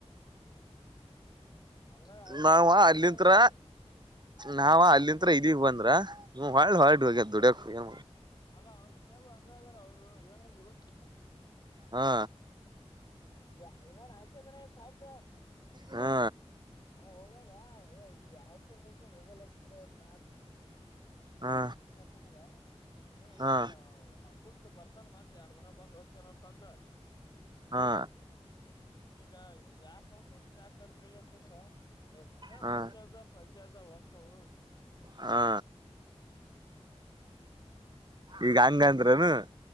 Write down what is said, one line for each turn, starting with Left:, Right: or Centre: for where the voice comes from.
Left: ಅದ್ರಾಗ ಅವ್ರ
Right: ನಾವ
Left: ಮನ್ಯಾಗು ಹಂಗ
Right: ಅಲ್ಲಿತ್ರ
Left: ಅದಾರಪ್ಪ
Right: ನಾವ ಅಲ್ಲಿತ್ರ
Left: ಇದಿಂದ
Right: ಇದಗ್ ಬಂದ್ರ ಹ್ಮ್ಳ್ಳ ಹೊಳ್ಳ ು ಹೋಗ್ಯ ದುಡ ಹ
Left: ಅಲ್ಲಾ ಅವ್ರ ಮನೆಗೂ ಹಂಗಾದಾರ ಅವ್ರು ಏನಂದ್ರೆ ಗೊತ್ತ
Right: ಹಾ
Left: ಯ ಇನ್ನಾನ ಹಾಕದನೆೆ ತಬ್ಬ
Right: ಹಾ
Left: ಹ ಹೋಗಾಗ ಅಪ್ಪ ಮುಸನ್ ಹೋಗಲಕ್ ಬಿಡವತ್ ನಾ
Right: ಹಾ
Left: ಅಲ್ ತಪಣದ ಅ
Right: ಹಾ
Left: ಲ್ಲಬ್ಬ ಬರ್ತಾನ ಮತ್ತತ್ ಎರಡ್ ದನ ಬಂದ ಹೋಗ್ತಾನ ತಂದ
Right: ಹಾ
Left: ಈಗ ಯಾಕ ತಷನ್ ಯಾಕ ಕರ್ಲಿಲ್ಲ ತಂದ್ರ ಸುಮ್ಮ್ನೆ
Right: ಹಾ
Left: ಬಚದ ಪಜಾರದ ಹಾಕವು
Right: ಹಾ ಈಗ ಹಂಗಂದ್ರನು